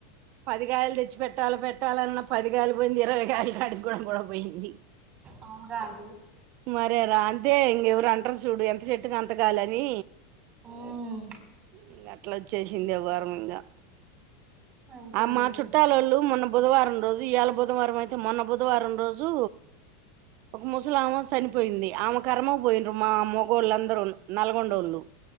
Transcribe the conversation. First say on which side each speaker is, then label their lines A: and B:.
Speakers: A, on the right; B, on the right.
A: పదిగాయలు తెచ్చి పెట్టాలి పెట్టాలన్న పదిగాయలు పోయింది ఇరవై కాయలడి కూడా కూడా పోయింది
B: అవునుగా ఆంటీ
A: మరే రాన్ అదే ఇంకెవరు అంటారు చూడు ఎంత చెట్టుకు అంతకాలని
B: మ్మ్
A: ఇంగ్ అట్ అట్లా వచ్చేసింది ఎవార మింగా
B: అంతే
A: ఆ మా
B: ఆంటీ
A: చుట్టాలోళ్ళు మొన్న బుధవారం రోజు ఇయాళ బుధవారం అయితే మొన్న బుధవారం రోజు ఒక ముసలామ చనిపోయింది ఆమె కర్మ పోయింండ్రు మా మొ గోళ్ళు అందరు నూ నల్గొండోళ్ళు